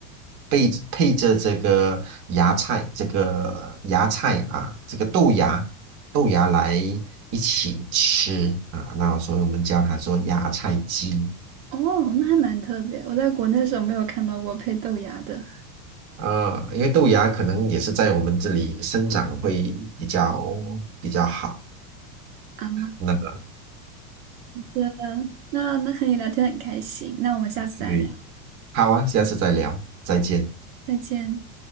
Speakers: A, on the right; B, on the right.
A: 配配着这个芽菜，这个芽菜啊，这个豆芽豆芽来一起吃啊，那所以我们叫它做芽菜鸡。
B: 哦，那还蛮特别。我在国内的时候没有看到过配豆芽的
A: 呃，因为豆芽可能也是在我们这里生长会比较比较好。
B: 啊，
A: 那个。
B: 这样的。那那和你聊天很开心，那我们下次再聊，
A: 对，好啊，下次再聊，再见。
B: 再见。